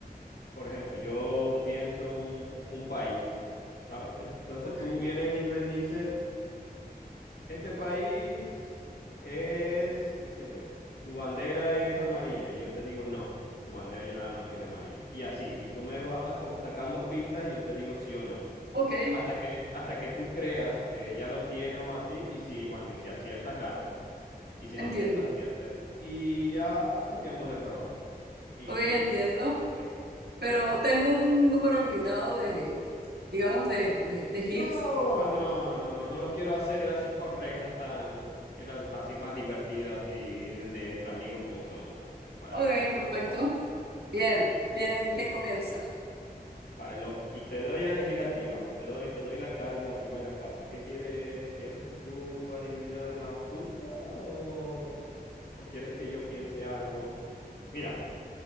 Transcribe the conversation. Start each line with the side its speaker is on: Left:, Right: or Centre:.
Left: por ejemplo, yo pienso un, un país, ¿sabes? Entonces
Right: ok,
Left: tú vienes y me dices, este país es, qué sé yo, su bandera es amarilla. Y yo te digo, no, su bandera ya no tiene amarilla. Y así, y tú me vas como sacando pistas y yo te digo sí o no.
Right: ok,
Left: Hasta que, hasta que tú creas que ya lo tienes o así, y si, bueno, y si aciertas ganas, y si
Right: entiendo.
Left: no aciertas pierdes. Y ya cambiamos de rol, y,
Right: Ok, entiendo,
Left: y así, ¿ves?
Right: pero tengo un número limitado de, digamos, de, de, de
Left: No,
Right: hits.
Left: no, no, no, no lo quiero hacer así con reglas tan, quiero as- así más divertido, así de, de entre amigos como somos, así para
Right: Ok,
Left: divertir
Right: perfecto.
Left: un poco.
Right: Bien, ¿quién,
Left: Sí,
Right: quién comienza?
Left: sí, sí. Vale, lo, te doy a elegir a ti, vamos, te doy, te doy la car- la primera carta. ¿Qué quieres? ¿Quieres tú adivinar la fruta o, o quieres que yo piense algo? Mira,